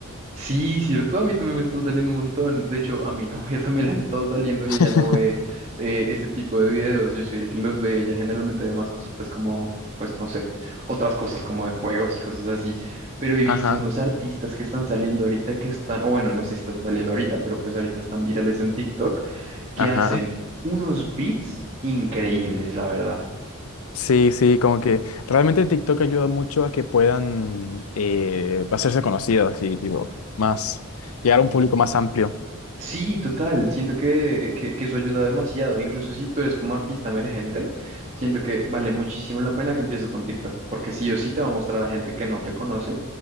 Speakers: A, on the right; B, on the left.
A: Sí, cierto, a mí también me están saliendo un montón. De hecho, a mi <laughs> novia también le han estado saliendo y
B: <laughs>
A: ella no ve eh, ese tipo de videos. Yo soy el que los ve. Ella generalmente ve más cositas como, pues no sé, otras cosas como de juegos y cosas así. Pero he visto
B: Ajá,
A: unos artistas que están saliendo ahorita que están, o bueno, no sé si están saliendo ahorita, pero pues ahorita están virales en TikTok, que
B: ajá.
A: hacen unos beats increíbles, la verdad.
B: Sí, sí, como que realmente TikTok ayuda mucho a que puedan eh, hacerse conocidos y tipo más, llegar a un público más amplio.
A: Sí, total. Siento que, que, que eso ayuda demasiado. Incluso si tú eres como artista emergente, siento que vale muchísimo la pena que empieces con TikTok, porque sí o sí te va a mostrar a gente que no te conoce